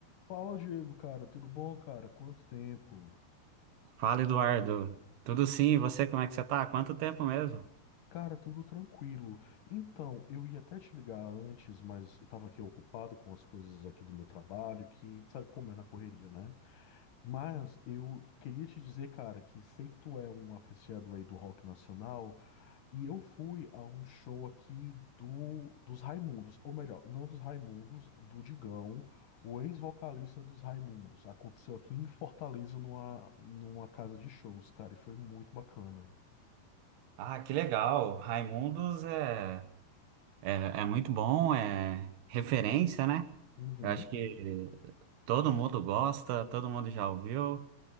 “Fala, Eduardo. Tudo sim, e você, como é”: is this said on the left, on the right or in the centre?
Right